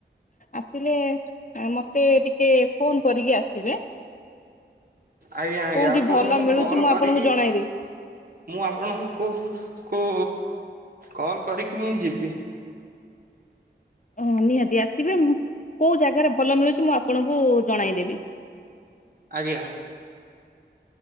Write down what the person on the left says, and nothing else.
ଆସିଲେ ମତେ ଟିକେ ଫୋନ କରିକି ଆସିବେ?
କୋଉଠି
ଭଲ ମିଳୁଛି
ଆପଣଙ୍କୁ ଜଣାଇଦେବି।
ଓ ନିହାତି ଆସିବେ ମୁଁ କୋଉ ଜାଗାରେ ଭଲ ମିଳୁଚି ମୁଁ ଆପଣଙ୍କୁ ଜଣାଇଦେବି?